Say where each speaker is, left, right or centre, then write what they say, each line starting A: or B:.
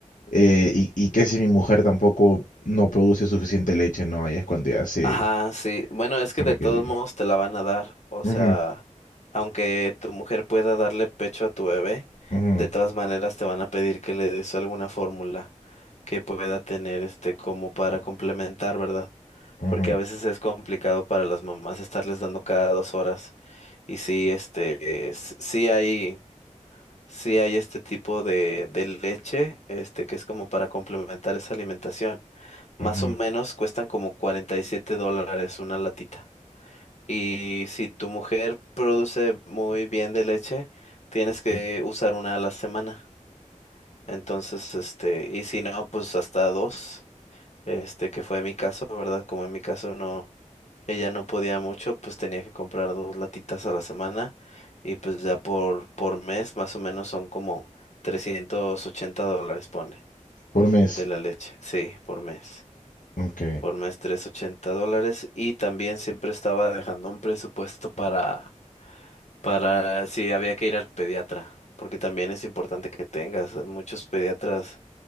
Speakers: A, on the left; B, on the left.
A: eh, y, y que si mi mujer tampoco no produce suficiente leche, ¿no? Ahí es cuando ya se,
B: ajá, sí. Bueno, es
A: se
B: que de
A: le queda.
B: todos modos te la van a dar, o
A: Ujú,
B: sea, aunque tu mujer pueda darle pecho a tu bebé,
A: ujú,
B: de todas maneras te van a pedir que le des alguna fórmula que pueda tener este como para complementar, ¿verdad?
A: ujú,
B: porque a veces es complicado para las mamás estarles dando cada dos horas. Y sí, este, s- sí hay, sí hay este tipo de, de leche, este, que es como para complementar esa alimentación. Más
A: ujú,
B: o menos cuestan como 47 dólares una latita. Y si tu mujer produce muy bien de leche, tienes que
A: ujú.
B: usar una a la semana. Entonces, este, y si no, pues hasta dos, este, que fue mi caso, ¿verdad? Como en mi caso no ella no podía mucho, pues tenía que comprar dos latitas a la semana y pues ya por, por mes más o menos son como 380 dólares, pone,
A: Por mes.
B: de la leche, sí, por mes.
A: Ok.
B: Por mes 380 dólares y también siempre estaba dejando un presupuesto para, para si había que ir al pediatra, porque también es importante que tengas eh, muchos pediatras.